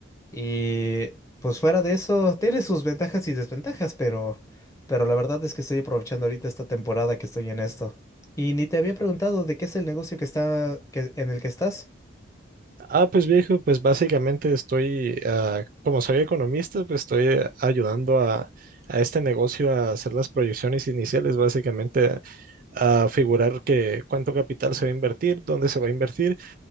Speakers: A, on the left; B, on the right.
A: Y pues fuera de eso, tiene sus ventajas y desventajas, pero, pero la verdad es que estoy aprovechando ahorita esta temporada que estoy en esto. Y ni te había preguntado de qué es el negocio que está, que, en el que estás.
B: Ah, pues viejo, pues básicamente estoy, ah, como soy economista, pues estoy ayudando a, a este negocio a hacer las proyecciones iniciales, básicamente a, a figurar que cuánto capital se va a invertir, dónde se va a invertir